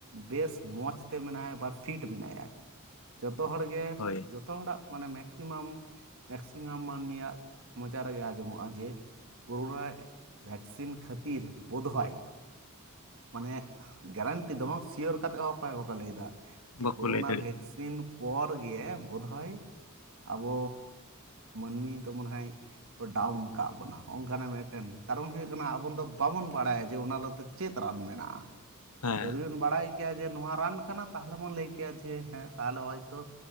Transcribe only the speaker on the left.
ᱦᱳᱭ
ᱵᱟᱠᱚ
ᱞᱟᱹᱭ ᱫᱟᱲᱮᱭᱟᱜ
ᱠᱟᱱᱟ
ᱦᱮᱸ